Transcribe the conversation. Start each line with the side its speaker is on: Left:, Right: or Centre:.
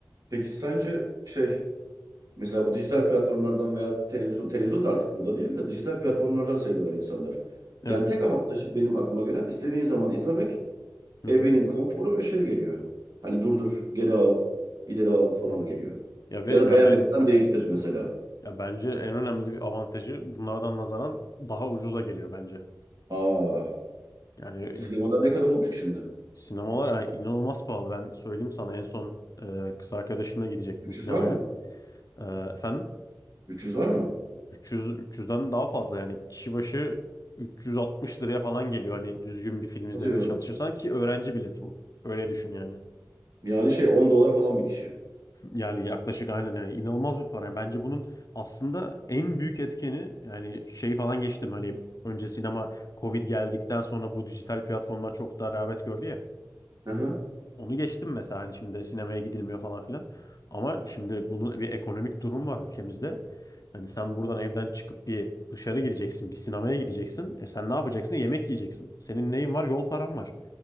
Right: Peki sence şey mesela bu dijital platformlardan veya televizyon televizyon da artık moda değil de dijital platformlardan
Left: Hı hı.
Right: seyrediyorlar insanlar.
Left: Evet.
Right: Yani tek avantajı benim aklıma gelen istediğin zaman izlemek
Left: Hı
Right: Evinin
Left: hı.
Right: konforu ve şey geliyor. Hani durdur, geri al, ileri al falan
Left: Hı hı.
Right: geliyor.
Left: Ya ve
Right: Ya da
Left: ya
Right: beğenmediysen
Left: ben
Right: değiştir mesela.
Left: ya bence en önemli bir avantajı bunlardan nazaran daha ucuza geliyor bence.
Right: Aa,
Left: Yani
Right: sinemalar
Left: bu
Right: ne kadar olmuş ki şimdi?
Left: Sinemalar yani inanılmaz pahalı. Ben söyleyeyim sana en son e, kız arkadaşımla gidecektim
Right: 300
Left: sinemaya.
Right: var mı?
Left: E, efendim
Right: 300 var mı?
Left: 300 300'den daha fazla yani kişi başı 360 liraya falan geliyor hani düzgün bir film izlemeye
Right: Hadi ya.
Left: çalışırsan ki öğrenci bileti bu. Öyle düşün yani.
Right: Yani şey 10 dolar falan bir kişi.
Left: Yani yaklaşık aynen yani inanılmaz bir para. Yani bence bunun aslında en büyük etkeni yani şey falan geçtim hani önce sinema Covid geldikten sonra bu dijital platformlar çok daha rağbet gördü ya.
Right: Hı hı.
Left: Onu geçtim mesela hani şimdi sinemaya gidilmiyor falan filan. Ama şimdi bunun bir ekonomik durum var ülkemizde. Hani sen buradan evden çıkıp bir dışarı gideceksin, bir sinemaya gideceksin. E sen ne yapacaksın? Yemek yiyeceksin. Senin neyin var? Yol paran var.